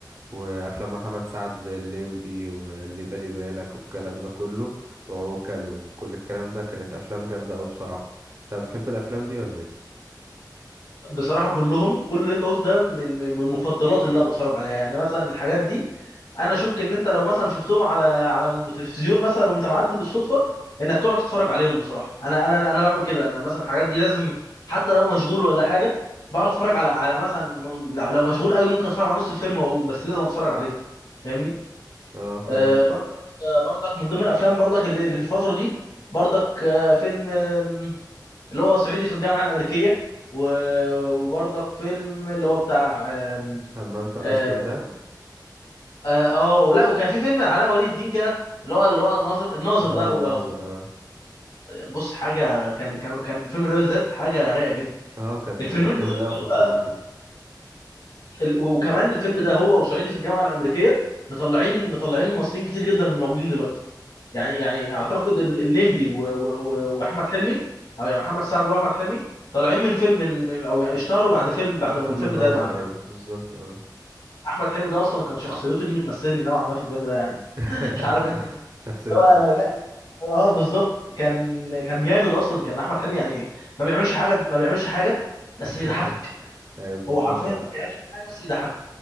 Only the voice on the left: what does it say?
بصراحة كلهم كل اللي انت قلته ده من من من مفضلات اللي انا بتفرج عليها يعني مثلا الحاجات دي انا اشك ان انت لو مثلا شفتهم على على تلفزيون مثلا وانت معدي بالصدفة انك تقعد تتفرج عليهم بصراحة انا انا انا بعمل كده انا مثلا الحاجات دي لازم حتى لو مشغول ولا حاجة بقعد اتفرج على على مثلا لو مشغول قوي ممكن اتفرج على نص الفيلم واقوم بس لازم اتفرج عليهم فاهمني
آه برضك آه برضك من ضمن الافلام برضك اللي, اللي في الفترة دي برضك آه فيلم آم، اللي هو صعيدي في الجامعه الامريكيه و- وبرضك فيلم اللي هو بتاع آم،
آه آه آه، ولا وكان في فيلم علاء ولي الدين كده اللي هو اللي هو الناظر الناظر
ده أو
أو-
بص حاجه كان كان كان الفيلم ده بالذات حاجه رايقه جدا
الفيلمين
دول اللي
هو
ال- وكمان الفيلم ده هو وصعيدي في الجامعه الامريكيه مطلعين مطلعين ممثلين كتير جدا من موجودين دلوقتي يعني يعني اعتقد ال- الليمبي و- و- و- واحمد حلمي او يعني محمد سعد واحمد حلمي طالعين من فيلم من- او يعني اشتهروا بعد فيلم بعد ما
الفيلم
ده مع
احمد حلمي ده اصلا كان شخصيته دي بتمثلني نوعا ما في الفيلم ده يعني
<laughs> مش عارف انت
هو
لا اه بالظبط كان كان جامد اصلا كان احمد حلمي يعني ما بيعملش حاجه ما بيعملش حاجه بس
بيضحكك يعني
هو حرفيا
ما بيعملش اي حاجه بس بيضحكك